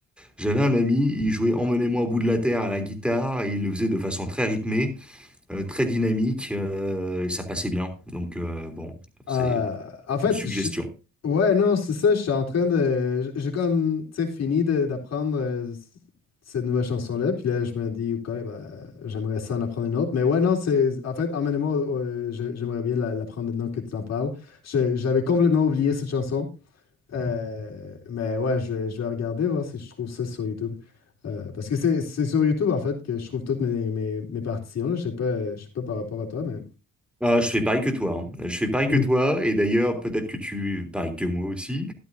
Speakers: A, in the centre; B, on the left.
A: j'avais un ami, il jouait Emmenez-moi au bout de la terre à la guitare, et il le faisait de façon très rythmée, euh, très dynamique, euh, et ça passait bien. Donc euh, bon, c'est
B: Euh, en fait,
A: une suggestion.
B: je- ouais, non, c'est ça, je suis en train de... J'ai comme, tu sais, fini de- d'apprendre euh, c- cette nouvelle chanson-là, puis là, je me dis, OK, ben, j'aimerais ça en apprendre une autre. Mais ouais, non, c'est... En fait, emmène-moi, au- au- je- j'aimerais bien la- l'apprendre maintenant que tu t'en parles. Je- J'avais complètement oublié cette chanson, Euh, mais ouais, je vais, je vais regarder, voir si je trouve ça sur YouTube. Euh, parce que c'est c'est sur YouTube, en fait, que je trouve toutes mes, mes, mes partitions, là. Je sais pas, je sais pas par rapport à toi, mais...
A: Ah, je fais pareil que toi. hein. Je fais pareil
B: <clears throat>
A: que toi, et d'ailleurs, peut-être que tu, pareil que moi aussi.